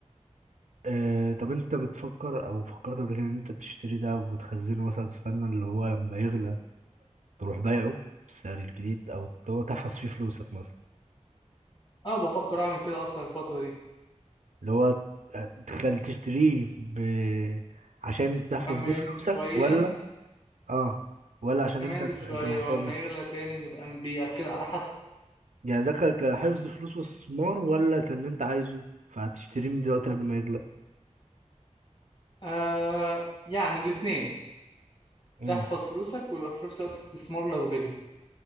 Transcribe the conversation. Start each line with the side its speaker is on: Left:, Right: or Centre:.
Right: آه طب انت بتفكر او فكرت قبل كده ان انت تشتري ده وتخزنه مثلا تستنى اللي هو لما يغلى تروح بايعه بالسعر الجديد او اللي هو تحفظ فيه فلوسك مثلا
Left: اه بفكر أعمل كده أصلا الفترة دي
Right: اللي هو تخل تشتريه ب... عشان تحفظ
Left: لما
Right: بيه فلوسك
Left: ينزل شوية
Right: ولا اه ولا عشان
Left: لما
Right: انت
Left: ينزل شوية
Right: انت محتاجه
Left: ولما يغلى تاني نبقى نبيع كده على حسب
Right: يعني ده ك- كحفظ فلوس واستثمار ولا كان انت عايزه فهتشتريه من دلوقتي قبل ما يغلى
Left: آه يعني الاتنين
Right: امم
Left: تحفظ فلوسك ويبقى في نفس الوقت استثمار لو غلي